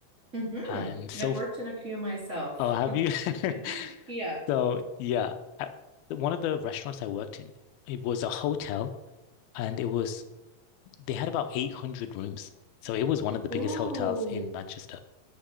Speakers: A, on the right; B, on the left.
A: hmm
B: And so,
A: I've worked in a few myself.
B: oh, have
A: <laughs>
B: you? <laughs>
A: Yeah.
B: So, yeah, I, one of the restaurants I worked in, it was a hotel and it was they had about 800 rooms. So it was one of the biggest
A: Ooh.
B: hotels in Manchester.